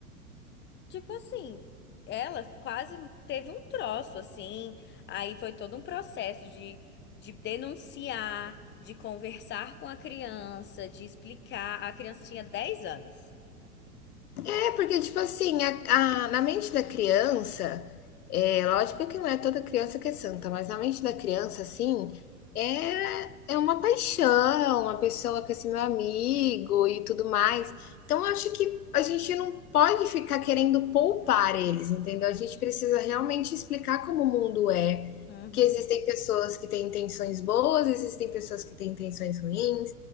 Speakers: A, on the left; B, on the left.
A: Tipo assim, ela quase teve um troço, assim. Aí foi todo um processo de, de denunciar, de conversar com a criança, de explicar. A criança tinha 10 anos.
B: É, porque, tipo assim, a, a- na mente da criança, é, lógico que não é toda criança que é santa, mas na mente da criança, assim, é, é uma paixão, uma pessoa que é esse meu amigo e tudo mais. Então, eu acho que a gente não pode ficar querendo poupar eles, entendeu? A gente precisa realmente explicar como o mundo é,
A: Uhum.
B: que existem pessoas que têm intenções boas, existem pessoas que têm intenções ruins